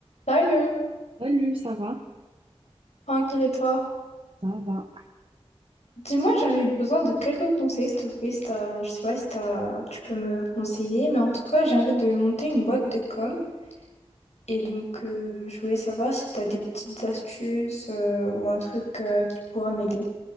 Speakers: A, on the left; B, on the right.
A: Salut,
B: Salut, ça va?
A: tranquille et toi?
B: Ça va.
A: Dis-moi, j'avais besoin de quelques conseils, s'il te plaît. si t'as- je sais pas si t'as- tu peux me conseiller, mais en tout cas, j'ai envie de monter une boîte de com. Et donc, euh, je voulais savoir si tu as des petites astuces euh, ou un truc euh, qui pourra m'aider.